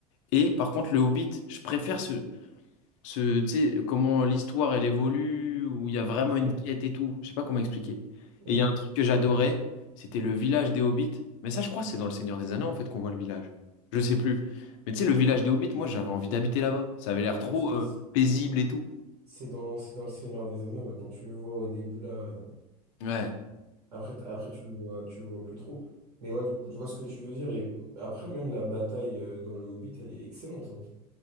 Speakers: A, on the left (about 50°); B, on the right (about 70°).
A: Et par contre, Le Hobbit, je préfère ce ce, tu sais, comment l'histoire elle évolue, où il y a vraiment une
B: ouais.
A: quête et tout. Je sais pas comment expliquer.
B: Oui,
A: Et il y
B: oui.
A: a un truc que j'adorais, c'était le village des Hobbits. Mais ça, je crois que c'est dans Le Seigneur des Anneaux en fait qu'on voit le village. Je sais plus. Mais tu sais, le village des Hobbits, moi j'avais envie d'habiter là-bas. Ça avait l'air trop
B: Ouais, C'est
A: euh, paisible et tout.
B: c'est dans, c'est dans Le Seigneur des Anneaux, ouais, Quand tu le vois au début, là, euh,
A: Ouais.
B: après, t- après tu le vois, tu le vois plus trop. Mais ouais, je vois ce que tu veux dire. Et après, même la bataille euh, dans Le Hobbit, elle est excellente. hein.